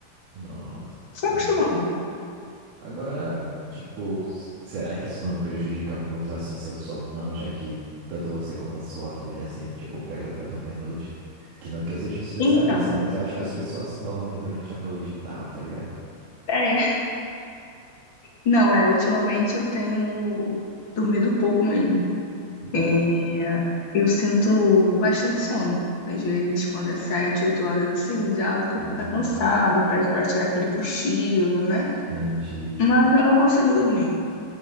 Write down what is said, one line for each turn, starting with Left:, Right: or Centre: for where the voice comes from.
Right: Nossa.
Left: Foi acostumando.
Right: Agora, tipo, s- será que isso não prejudica muito assim seu sono, não? Já que tanto você como a sua família assim, tipo, pega pra dormir à noite. Que não que eu seja um especialista,
Left: Então,
Right: mas eu acho que as pessoas dormem durante a noite e tal, tá ligado?
Left: é, não, é, ultimamente eu tenho dormido pouco mesmo.
Right: <laughs>
Left: É, eu sinto bastante sono. Às vezes, quando é sete, oito horas assim, já o corpo
Right: Entendi.
Left: tá cansado, pede pra tirar aquele cochilo, né?
Right: Entendi.
Left: Mas eu não consigo dormir.